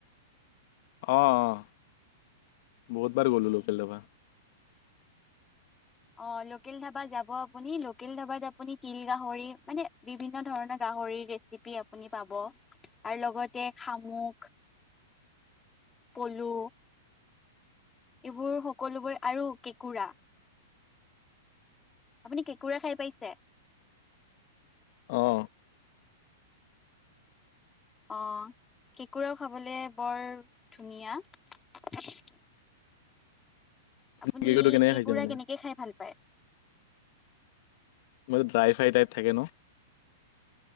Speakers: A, on the left; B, on the left.
A: অ', অ', বহুত বাৰ গ'লো লোকেল ধাবা।
B: অ', লোকেল ধাবা যাব আপুনি লোকেল ধাবাত আপুনি তিল গাহৰি মানে বিভিন্ন ধৰণৰ গাহৰি আপুনি পাব, আৰু লগতে সামুক পলু, এইবোৰ সকলোবোৰ, আৰু কেঁকোৰা। আপুনি কেঁকোৰা খাই পাইছে
A: অঁ
B: অ কেঁকোৰাও খাবলে বৰ ধুনীয়া <unintelligible> আপুনি
A: কেকটো কেনেকে
B: কেঁকোৰা
A: খাইছে মানে
B: কেনেকে খাই ভাল পায়
A: মই ড্ৰাই ফ্ৰাই টাইপ থাকে ন